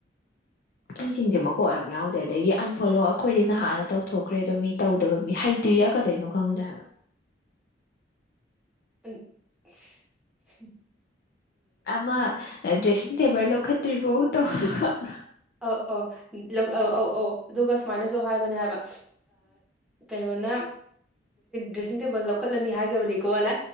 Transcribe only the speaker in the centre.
ꯎ
ꯑꯥꯎ ꯑ ꯑ ꯑꯧ ꯑꯧ ꯑꯗꯨꯒ ꯁꯨꯃꯥꯏꯅꯁꯨ ꯍꯥꯏꯕꯅꯦ ꯍꯥꯏꯕ ꯀꯩꯅꯣꯅ ꯗ꯭ꯔꯦꯁꯤꯡ ꯇꯦꯕꯜ ꯂꯧꯈꯠꯂꯅꯤ ꯍꯥꯏꯈ꯭ꯔꯕꯅꯤꯀꯣ ꯑꯅ